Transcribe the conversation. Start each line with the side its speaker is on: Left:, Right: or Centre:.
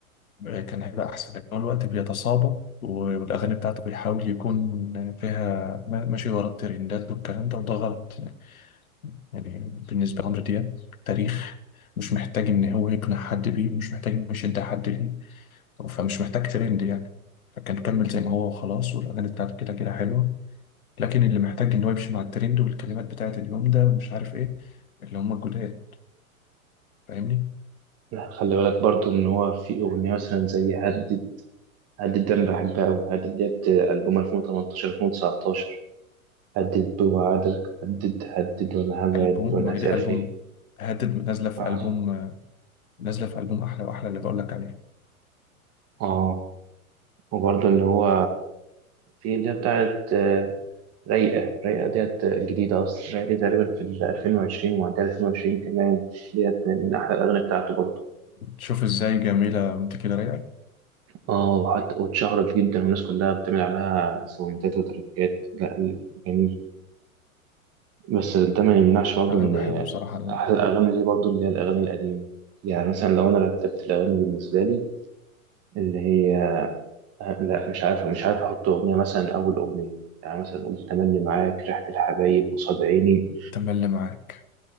Left: آه، كان هيبقى احسن لكن هو الوقت بيتصابى والاغاني بتاعته بيحاول يكون فيها ما- ماشي ورا الترندات والكلام ده وده غلط يعني يعني بالنسبه لعمرو دياب تاريخ مش محتاج ان هو يقنع حد بيه ومش محتاج انه يشد حد ليه فمش محتاج ترند يعني فكان كمل زي ما هو وخلاص والاغاني بتاعته كده كده حلوه لكن اللي محتاج ان هو يمشي مع الترند والكلمات بتاعت اليوم ده ومش عارف ايه اللي هم الجداد فاهمني
Right: لا خلي بالك برضو ان هو في اغنيه مثلا زي هدد هدد ده انا بحبها قوي هدد ديت البوم 2018 2019 هدد بوعدك هدد هدد وانا هبعد
Left: البوم
Right: وانا
Left: ما هي
Right: هسأل
Left: دي البوم
Right: فيك
Left: هدد نازله في
Right: اه
Left: البوم نازله في البوم احلى واحلى اللي بقول لك عليه
Right: اه وبرضو اللي هو في اللي هي بتاعت آه، رايقة رايقة ديت آه، جديدة أصلا رايقة دي تقريبا في ال 2020 ومعدية 2020 كمان ديت من أحلى الأغاني بتاعته برضه
Left: شوف ازاي جميله وانت كده رايقه
Right: اه وحتى واتشهرت جدا والناس كلها بتعمل عليها ساوندات وتراكات لا جميل بس ده ما يمنعش برضه
Left: انا
Right: إن
Left: بحب بصراحه
Right: أحلى الأغاني دي برضه اللي هي الأغاني القديمة يعني مثلا لو أنا رتبت الأغاني بالنسبة لي اللي هي آه، لا مش عارف مش عارف أحط أغنية مثلا أول أغنية يعني مثلا قول تملي معاك ريحة الحبايب قصاد عيني
Left: التملي اللي معاك